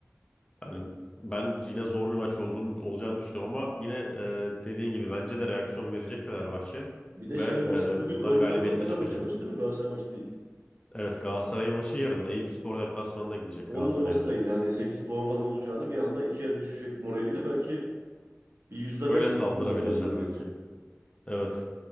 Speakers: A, on the left; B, on the right.
A: Yani ben yine zor bir maç olduğunu olacağını düşünüyorum ama yine e, dediğin gibi bence de reaksiyon verecek Fenerbahçe
B: Bir de
A: ve
B: şey olması bugün
A: e, bundan
B: önce
A: galibiyetle
B: olan Fenerbahçe
A: çıkacak.
B: maçı değil mi? Galatasaray maçı değil.
A: Evet Galatasaray maçı yarın Eyüpspor deplasmanına gidecek
B: Onun
A: Galatasaray'da.
B: olması da iyi. Yani 8 puan falan olacağına bir anda ikiye düşecek moraliyle belki bir %5
A: Öyle
B: de
A: saldırabilirler
B: motivasyon gelir.
A: belki. Evet.